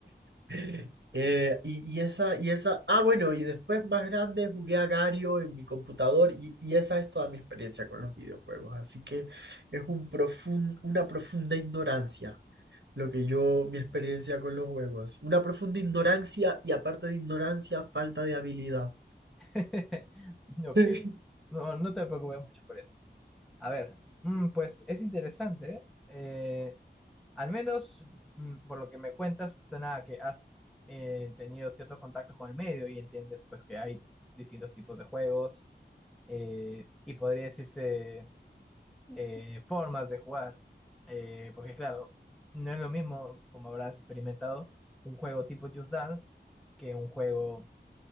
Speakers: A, on the right; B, in the centre.
A: <gasps> Eh, y, y esa, y esa, ah, bueno, y después más grande jugué a Gario en mi computador y, y esa es toda mi experiencia con los videojuegos. Así que es un profun- una profunda ignorancia lo que yo, mi experiencia con los juegos. Una profunda ignorancia y aparte de ignorancia, falta de habilidad.
B: <laughs> Ok.
A: <laughs>
B: No, no te preocupes mucho por eso. A ver, mm, pues es interesante. ¿eh? Eh, al menos mm, por lo que me cuentas, suena a que has eh, tenido ciertos contactos con el medio y entiendes pues que hay distintos tipos de juegos eh, y podría decirse eh, formas de jugar, eh, porque claro, no es lo mismo, como habrás experimentado, un juego tipo Just Dance que un juego